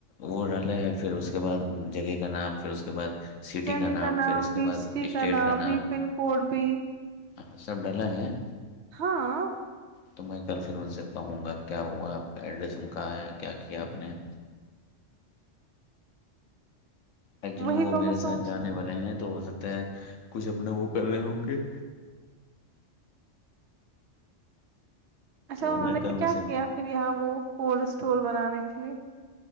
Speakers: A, on the left; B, on the right.
A: وہ ڈالے ہیں پھر اس کے بعد جگہ کا نام پھر اس کے بعد- سٹی
B: جگہ
A: کا نام پھر اس کے
B: بھی
A: بعد
B: سٹی
A: اسٹیٹ کا نام-
B: بھی پن کوڈ بھی
A: ہاں سب ڈلا ہے-
B: ہاں
A: تو میں کل پھر انن سے کہوں گا کیا ہوا ایڈریس ان کا آیا کیا- ر کیا آپ نے- ایکچولی
B: وہی
A: وہ
B: تو
A: میرے
B: میں سوچ
A: ساتھ جانے والے ہیں, تو ہو سکتا ہے کچھ اپنا وہ کر رہے ہو کہ-
B: اچھا
A: تو
B: انہوں
A: میں
B: نے
A: کل ان
B: کیا
A: سے
B: کیا پھر یہاں وہ کولڈ اسٹور بنانے کے لیے-